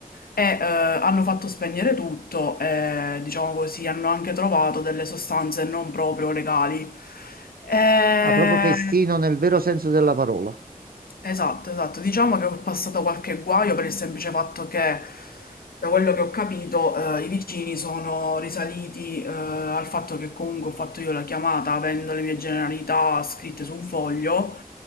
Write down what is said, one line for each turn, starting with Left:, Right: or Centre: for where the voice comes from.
Left: e eh, hanno fatto spegnere tutto e diciamo così hanno anche trovato delle sostanze non proprio legali. E...
Right: Ah, proprio festino nel vero senso della parola.
Left: Esatto, esatto. Diciamo che ho passato qualche guaio per il semplice fatto che, da quello che ho capito, eh, i vicini sono risaliti, eh, al fatto che comunque ho fatto io la chiamata avendo le mie generalità scritte su un foglio